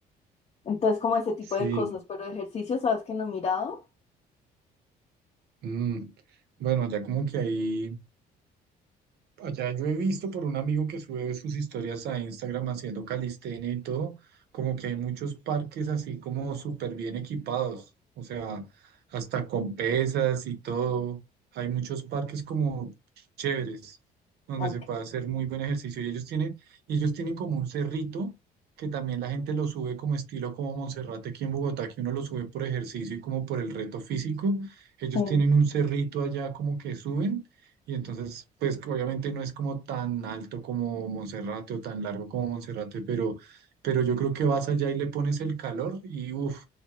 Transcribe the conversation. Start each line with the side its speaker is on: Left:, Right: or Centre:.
Left: Entonces, como ese tipo
Right: sí.
Left: de cosas, pero ejercicio, sabes que no he mirado.
Right: Mm, Bueno, allá como que ahí. Allá yo he visto por un amigo que sube sus historias a Instagram haciendo calistenia y todo, como que hay muchos parques así como súper bien equipados, o sea, hasta con pesas y todo. Hay muchos parques como chéveres, donde
Left: Ok,
Right: se puede hacer muy buen ejercicio. Y ellos tienen, y ellos tienen como un cerrito que también la gente lo sube como estilo como Monserrate aquí en Bogotá, que uno lo sube por ejercicio y como por el reto físico. Ellos
Left: sí.
Right: tienen un cerrito allá como que suben. Y entonces, pues obviamente no es como tan alto como Monserrate o tan largo como Monserrate, pero, pero yo creo que vas allá y le pones el calor y uff,